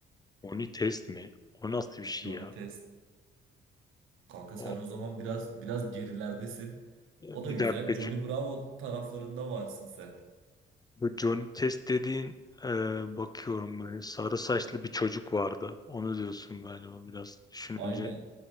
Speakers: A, on the left; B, on the right.
A: Oni test mi? O nasıl bir şey
B: Johnny
A: ya?
B: Test. Kanka sen
A: O,
B: o zaman biraz biraz gerilerdesin.
A: bir
B: O da güzel.
A: dakika.
B: Johnny Bravo taraflarında varsın sen.
A: Bu Johnny Test dediğin e, bakıyorum böyle sarı saçlı bir çocuk vardı. Onu diyorsun galiba biraz düşününce.
B: Aynen